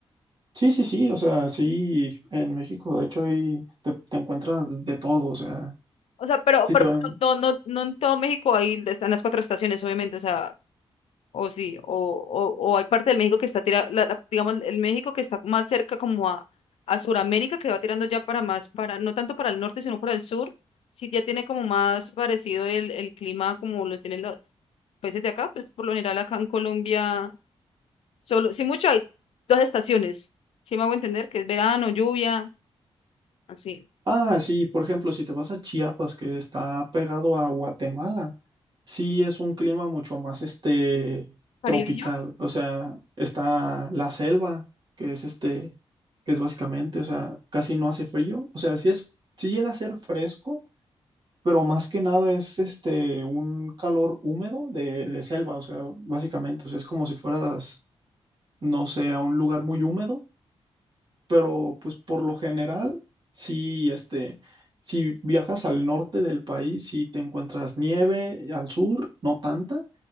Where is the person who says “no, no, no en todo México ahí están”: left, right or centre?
Left